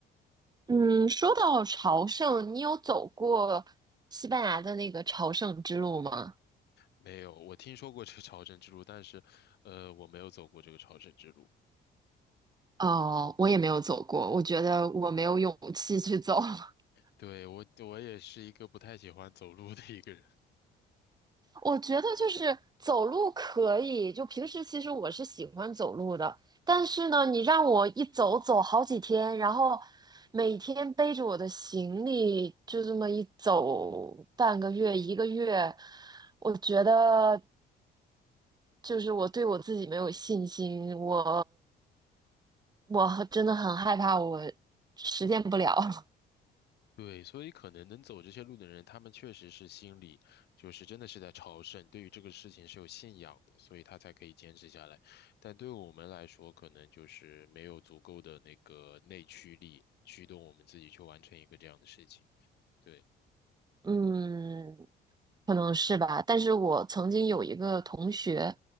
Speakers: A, on the right (about 20°); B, on the left (about 65°).
A: 嗯，说到朝圣，你有走过西班牙的那个朝圣之路吗？
B: 没有，我听说过这个朝圣之路，但是，呃，我没有走过这个朝圣之路。
A: 哦，我也没有走过，我觉得我没有勇气去走。<laughs>
B: 对，我，我也是一个不太喜欢走路的一个人。<laughs>
A: 我觉得就是走路可以，就平时其实我是喜欢走路的，但是呢，你让我一走走好几天，然后每天背着我的行李就这么一走半个月一个月，
B: 嗯，
A: 我觉得就是我对我自己没有信心，我我真的很害怕我实现不了。<laughs>
B: 对，所以可能能走这些路的人，他们确实是心里就是真的是在朝圣，对于这个事情是有信仰的，所以他才可以坚持下来。但对我们来说，可能就是没有足够的那个内驱力驱动我们自己去完成一个这样的事情。对，
A: 嗯，可能是吧，但是我曾经有一个同学，